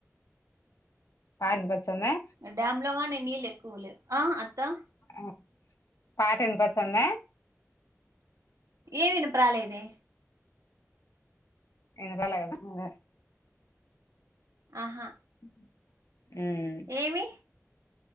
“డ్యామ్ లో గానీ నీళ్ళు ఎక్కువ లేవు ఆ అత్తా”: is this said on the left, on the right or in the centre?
Right